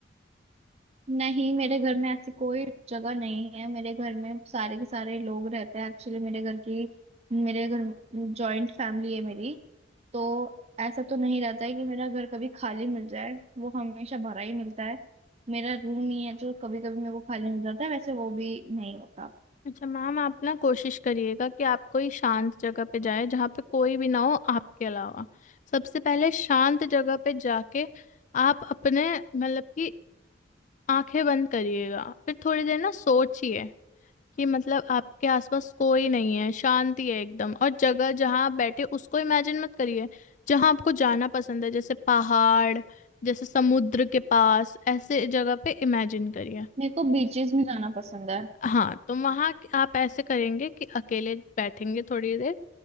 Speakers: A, on the right; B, on the left.
A: नहीं मेरे घर में ऐसी कोई जगह नहीं है मेरे घर में सारे के सारे लोग रहते हैं एक्चुअली मेरे घर की मेरे घर जॉइंट फैमिली है मेरी तो ऐसा तो नहीं रहता है कि मेरा घर कभी खाली मिल जाए वो हमेशा भरा ही मिलता है मेरा रूम ही है जो कभी कभी मेरे को खाली मिल जाता है वैसे वो भी नहीं होता
B: अच्छा मैम आप ना कोशिश करिएगा कि आप कोई शांत जगह पे जाएं जहाँ पे कोई भी ना हो आपके अलावा सबसे पहले शांत जगह पे जाके आप अपने मतलब कि आंखें बंद करिएगा फिर थोड़ी देर ना सोचिए कि मतलब आपके आसपास कोई नहीं है शांति है एकदम और जगह जहाँ आप बैठे उसको इमेजिन मत करिए जहाँ आपको जाना पसंद है जैसे पहाड़ जैसे समुद्र के पास ऐसे जगह पे इमेजिन करिए
A: मेरे को बीचेस में जाना पसंद है
B: हाँ तो वहां आप ऐसे करेंगे कि अकेले बैठेंगे थोड़ी देर